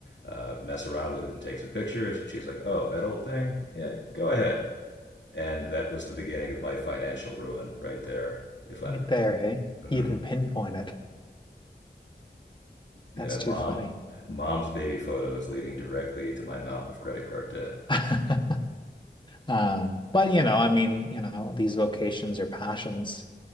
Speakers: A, on the left (about 80°); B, on the left (about 25°).
A: uh, mess around with it and take some pictures? And she's like, Oh, that old thing? Yeah, go ahead. And that was the beginning of my financial ruin right there. If I.
B: Right there, hey.
A: Mm-hmm.
B: You can pinpoint it.
A: Yeah,
B: That's
A: mom,
B: too funny.
A: mom's baby photos leading directly to my mountain of credit card debt.
B: <laughs> Um, but you know, I mean, you know, these vocations or passions,